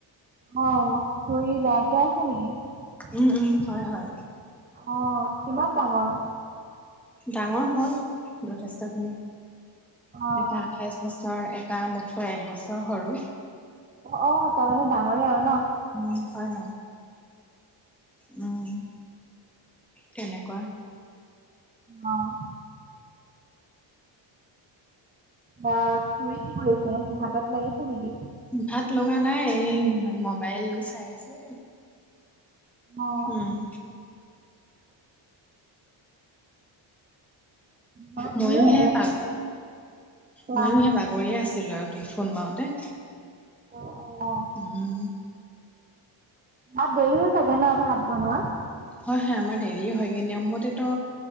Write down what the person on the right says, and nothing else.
অহ, খুৰীৰ ল'ৰা দুটা আছে নেকি?
অ',
কিমান ডাঙৰ?
অ
অ', অ', তাৰমানে ডাঙৰে আৰু নহ!
অ'। বা খুৰী কি কৰিছে, ভাতত লাগিছে নেকি?
অ
ভাত
এনে এ
খোৱা
অ', অ', অ'।
অ', দেৰি হয় চাগে ন, ভাত বনোৱা?